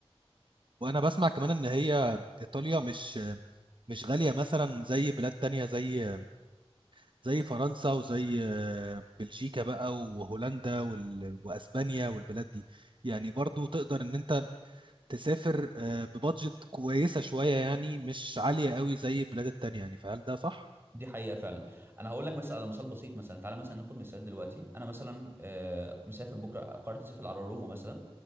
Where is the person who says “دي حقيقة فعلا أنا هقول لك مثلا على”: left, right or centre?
Right